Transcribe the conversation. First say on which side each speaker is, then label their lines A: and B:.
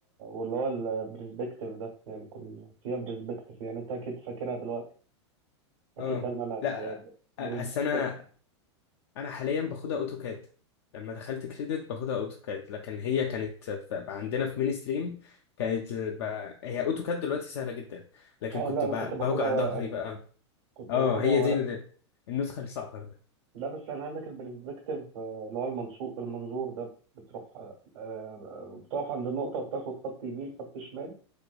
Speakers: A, on the right (about 75°); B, on the left (about 65°).
A: واللي هو البرسبكتيف ده يعني كنا فيها برسبكتيف يعني انت اكيد فاكرها دلوقتي اكيد
B: اه
A: ده المنهج
B: لا
A: برسبكتيف
B: أ- السنة انا حاليا باخدها اوتوكاد لما دخلت كريدت باخدها اوتوكاد لكن هي كانت ف- عندنا في مين ستريم كانت ب... هي اوتوكاد دلوقتي سهله جدا لكن
A: اه
B: كنت
A: لا
B: ب...
A: انا كنت باخدها
B: بوجع
A: ورق
B: ظهري
A: انا
B: بقى
A: كنت
B: اه
A: باخدها
B: هي
A: ورق
B: دي ال... النسخه الصعبه بقى
A: لا بس يعني عندك البرسبكتيف آه، اللي هو المنصور المنظور ده بتروح آه، آه، بتقف عند النقطة وبتاخد خط يمين خط شمال